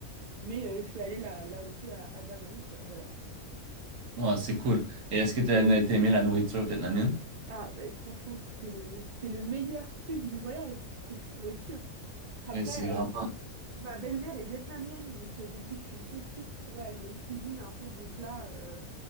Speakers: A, on the right; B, on the right.
A: Mais euh, je suis allée là, là où t'es, à, à Da Nang, quoi, voilà.
B: Ouais, c'est cool. Et est-ce que t'as t'as aimé la nourriture vietnamienne?
A: Ah, ben franchement, c'était le, c'était le meilleur truc du voyage, <laughs> c'était la nourriture. Après,
B: Oui, c'est vraiment.
A: euh, ma belle-mère est vietnamienne, donc euh, depuis que je suis petite, tu vois, elle me cuisine un peu des plats, euh,